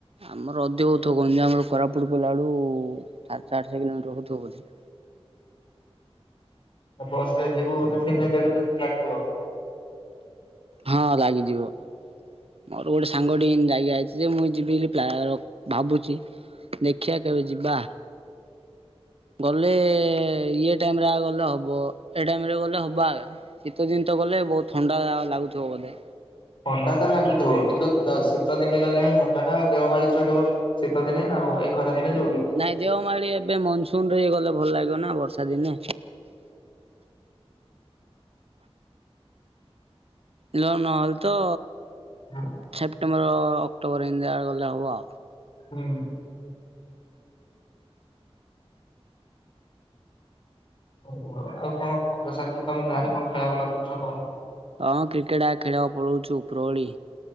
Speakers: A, on the right; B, on the left.
A: ଆମର ଅଧିକ ହଉଥୁବ, ଗଞ୍ଜାମରୁ କୋରାପୁଟ ଗଲାବେଳୁ ସାତଶହ ଆଠଶହ କିଲୋମିଟର ହଉଥୁବ ବୋଧେ।
B: ବସ୍ ରେ ଯିବୁ ବୋଲେ ଦିନେ ଦେଢ ଦିନ ଲାଗ ଯିବ।
A: ହଁ ଲାଗିଯିବ। ମୋର ଗୋଟେ ସାଙ୍ଗ ଟି ଏମତି ଯାଇକି ଆଇଛି ଯେ ମୁଁ ଯିବି ବୋଲି ପ୍ଲାର ଭାବୁଛି। ଦେଖିଆ କେବେ ଯିବା। ଗଲେ ଇଏ ଟାଇମ୍ ରେ ଆ, ଗଲେ ହବ, ଏ ଟାଇମ୍ ରେ ଗଲେ ହବ ଆକା? ଶୀତ ଦିନ ତ ଗଲେ ବହୁତ ଥଣ୍ଡା ଲାଗୁଥିବ ବୋଧେ।
B: ଥଣ୍ଡା ତ ଲାଗୁଥୁବ, କିନ୍ତୁ ତ ଶୀତ ଦିନେ ଗଲେ ହିଁ ମଜା ନା ଆଉ ଦେଓମାଳି ଚଢିବ। ଶୀତ ଦିନେ ନା ଆଉ, ଏ ଖରା ଦିନେ ଯିବକି?
A: ନାଇଁ ଦେଓମାଳି ଏବେ ମନସୁନ୍ ରେ ଗଲେ ଭଲ ଲାଗିବ ନା ବର୍ଷା ଦିନେ। ଲ- ନହେଲେ ତ
B: ହଁ।
A: ସେପ୍ଟେମ୍ବର ଅକ୍ଟୋବର ଏମିତିଆ ଗଲେ ହବ।
B: ହୁଁ। ହଉ ଆ, ଆଉ କଣ ସାଙ୍ଗସାଥୀ ତୋମ ଗାଁରେ କଣ ଖେଳା ବୁଲ କରୁଚ କହ?
A: ଅଁ, କ୍ରିକେଟ୍ ଆ, ଖେଳିବାକୁ ପଳଉଛୁ ଉପରଓଳି।